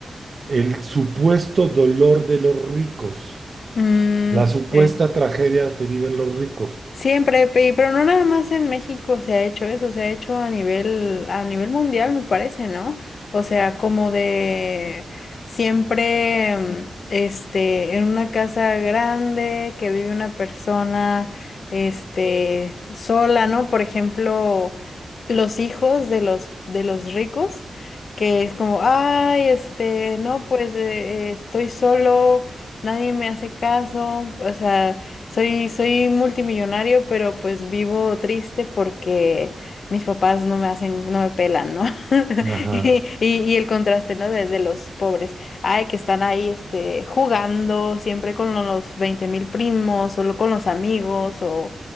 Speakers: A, on the right; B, on the left.
A: el supuesto dolor de los ricos,
B: Mm,
A: la supuesta
B: sí.
A: tragedia que viven los ricos.
B: Siempre, pe- pero no nada más en México se ha hecho eso, se ha hecho a nivel, a nivel mundial, me parece, ¿no? O sea, como de siempre, mm, este, en una casa grande que vive una persona, este, sola, ¿no? Por ejemplo, los hijos de los, de los ricos, que es como, ay, este, no, pues eh, eh, estoy solo, nadie me hace caso, o sea soy, soy multimillonario, pero pues vivo triste porque mis papás no me hacen, no me pelan, ¿no? <laughs>
A: Ajá,
B: Y, y- y el contraste, ¿no? De, de los pobres. Ay, que están ahí, este, jugando siempre con los 20 mil primos, solo con los amigos, o,